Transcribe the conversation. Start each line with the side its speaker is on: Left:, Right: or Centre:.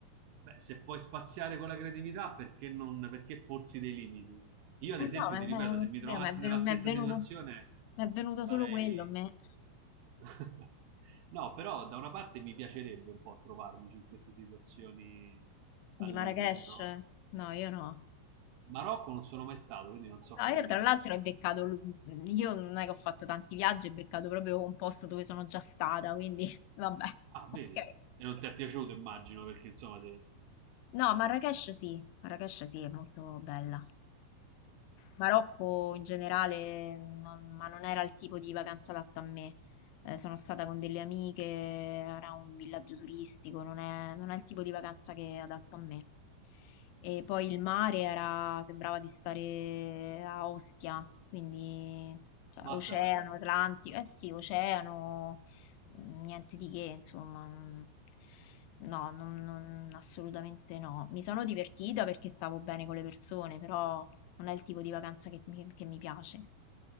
Right: Beh, se puoi spaziare con la creatività, perché non, perché porsi dei limiti? Io, ad
Left: Eh
Right: esempio,
Left: no, ma,
Right: ti ripeto,
Left: ma- ma-
Right: se mi
Left: capito,
Right: trovassi
Left: ma è venu-
Right: nella stessa
Left: mi è venuto,
Right: situazione,
Left: mi è venuto
Right: farei...
Left: solo quello, a me,
Right: <laughs> No, però da una parte mi piacerebbe un po' trovarmi in queste situazioni
Left: di
Right: al
Left: Marrakesh.
Right: limite, no?
Left: No, io no.
Right: Marocco non sono mai stato, quindi non so
Left: No,
Right: come
Left: io tra
Right: sia.
Left: l'altro ho beccato, l- io non è che ho fatto tanti viaggi, ho beccato proprio un posto dove sono già stata, quindi <laughs> vabbè,
Right: Ah,
Left: ok.
Right: vedi? E non ti è piaciuto, immagino, perché insomma te...
Left: No, Marrakesh sì, Marrakesh sì, è molto bella. Marocco in generale, non- ma non era il tipo di vacanza adatta a me. Eh, sono stata con delle amiche, era un villaggio turistico, non è, non è il tipo di vacanza che è adatto a me. E poi il mare era, sembrava di stare a Ostia, quindi cioè,
Right: Ma
Left: oceano,
Right: dai,
Left: Atlantico, eh sì, oceano, mm, niente di che, insomma. mm. No, non, non- assolutamente no. Mi sono divertita perché stavo bene con le persone, però non è il tipo di vacanza che mi, che mi piace.